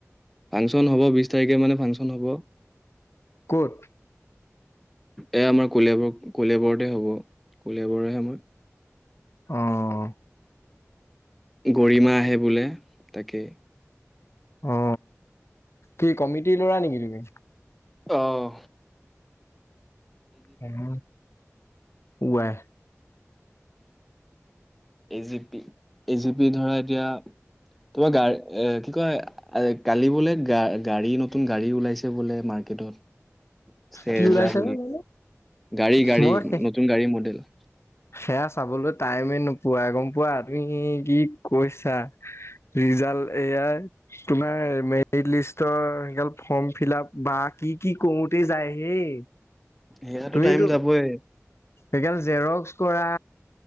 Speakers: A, in the centre; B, on the left.
A: ফাংচন হ'ব বিশ তাৰিখে মানে ফাংচন হ'ব
B: কত
A: এয়া আমাৰ কলিয়াবৰ কলিয়াবৰতে হ'ব কলিযাবৰেহে মই
B: আহ
A: গৰিমা আহে বোলে তাকেই
B: অ কি কমিটি লৰা নেকি তুমি
A: আহ
B: উম উযাই
A: এজেপি এজেপি ধৰা এতিয়া তোমাৰ গা়এ কি কয় কালি বোলে গা গাড়ী নতুন গাড়ী ওলাইছে বোলে মাৰ্কেটত। চেজা
B: কি ওলাইছে
A: বুলি,
B: বা জানো
A: গাড়ী গাড়ী
B: মই
A: নতুন গাড়ী মডেল।
B: সেয়া চাবলৈ টাইমে নোপোৱাই গম পোৱা, তুমি কি কৈছা, ৰিজাল্ট এয়াৰ তোমাৰ মেৰিট লিষ্টৰ সেগাল ফৰ্ম ফিল আপ বা কি কি কৰোতে যায় হেই।
A: সেয়াতো
B: তুমিতো
A: টাইম যাবই।
B: সেইগাল জেৰক্স কৰা,